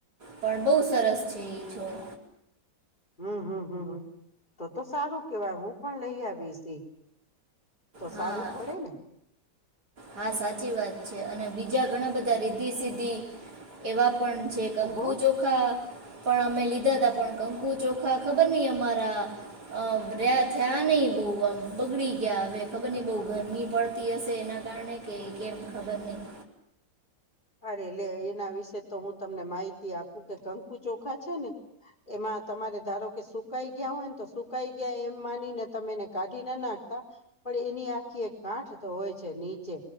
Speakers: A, on the right; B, on the left.
A: પણ બ સરસ છે એ છોડ
B: હમ્મ હમ્મ હમ્મ તો તો સારું કેવાય હું પણ લઈ આવીશ ઈ તો
A: હા
B: સારું પડે ને
A: હા સાચી વાત છે અને બીજા ઘણા બધા રીધી સીધી એવા પણ છે કંકુ
B: ઓહો
A: ચોખા પણ અમે લીધા હતા પણ કંકુ ચોખા ખબર નઈ અમારા અમ રહ્યા થયા નહી બહ આમ બગડી ગયા હવે ખબર નઈ બહ ગરમી પડતી હશે એના કારણે કે કેમ ખબર નહી
B: અરે લે એના વિશે તો હું તમને માહિતી આપું કે કંકુ ચોખા છે ને એમાં તમારે ધારો કે સુકાઈ ગયા હોય ને તો સુકાઈ ગયા એમ માનીને તમે એને કાઢી ના નાખતા પણ એની આખી એક ગાંઠ તો હોય છે નીચે